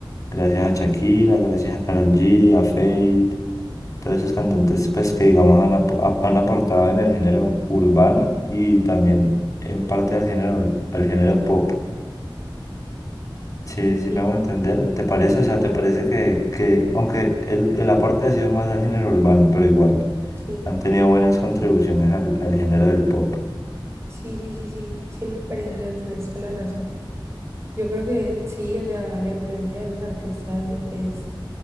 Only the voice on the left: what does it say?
gracias a Shakira, gracias a Karol G, a Feid, todos esos cantantes pues que digamos han, ap- ap- han aportado en el género urbano y también en parte al género, al género pop. Sí,
sí me hago entender. ¿Te parece? O sea,
¿te parece que, que aunque el, el aporte ha sido más al género urbano, pero igual?
han tenido buenas contribuciones al, al género del pop.